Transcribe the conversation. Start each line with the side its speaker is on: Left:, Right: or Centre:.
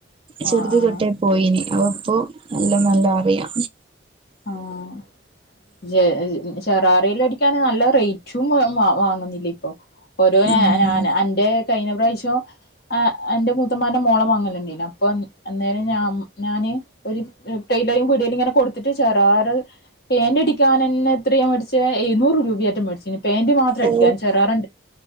Right: ചെറുത്
Left: ആഹ് ആഹ്
Right: തൊട്ടെ. പോയിനി അപൊപ്പൊ എല്ലം നല്ല അറിയാ.
Left: ആഹ് ജെ ഹ് മ് ശെറാറേൽ അടിക്കാന് നല്ല റേറ്റും വ വാങ്ങുന്നില്ലെ ഇപ്പൊ. ഓരോ ഞാ
Right: ഉം
Left: ഞാന് അന് അന്റെ കയ്ഞ്ഞ പ്രാവ്ശ്യം. ആ എന്റെ മുത്തന്മാന്റെ മോളെ മങ്ങലേണ്ടേര്ന്നു അപ്പൊ അഹ് അന്നേരം ഞാൻ ഞാന്. ഒരു ഹ് ടൈൽഡെയും വിടേലുങ്ങനെ കൊട്ത്തിട്ട് ശെരാറ്. പേന്റ് അടിക്കാനെന്നെ എത്രയാ മേടിച്ചെ എഴുന്നൂറ് രൂപയെട്ടെ മേട്ച്ച്ണ്. പേന്റ് മാത്രം അടിക്കാൻ
Right: ഓ
Left: ശെറാറന്റെ